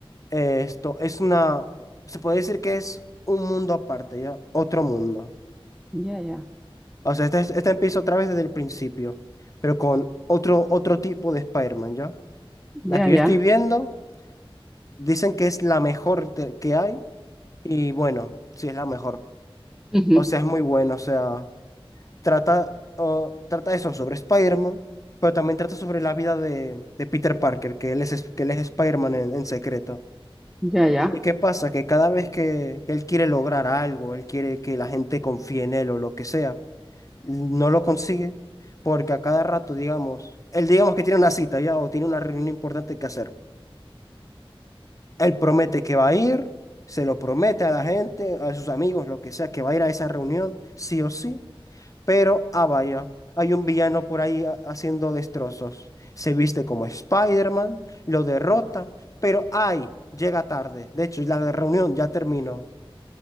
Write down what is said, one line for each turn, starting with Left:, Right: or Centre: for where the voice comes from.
Left: Esto es una, se puede decir que es un mundo aparte, ¿ya? Otro mundo.
Centre: Ya, ya,
Left: O sea, este, es- este empieza otra vez desde el principio, pero con otro, otro tipo de Spider-Man, ¿ya? La
Centre: ya,
Left: que yo
Centre: ya.
Left: estoy viendo. Dicen que es la mejor te- que hay y bueno, sí es la mejor.
Centre: Ujú,
Left: O sea, es muy bueno o sea, trata, o- trata eso sobre Spider-Man, pero también trata sobre la vida de, de Peter Parker, que él es, es- que él es Spider-Man en, en secreto.
Centre: Ya, ya.
Left: ¿Y qué pasa? Que cada vez que, que él quiere lograr algo, él quiere que la gente confíe en él o lo que sea, no lo consigue porque a cada rato, digamos, él digamos que tiene una cita ya o tiene una reunión importante que hacer. Él promete que va a ir, se lo promete a la gente, a sus amigos, lo que sea, que va a ir a esa reunión, sí o sí. Pero, ah, vaya, hay un villano por ahí ha- haciendo destrozos. Se viste como Spider-Man, lo derrota, pero, ay, llega tarde. De hecho, la reunión ya terminó.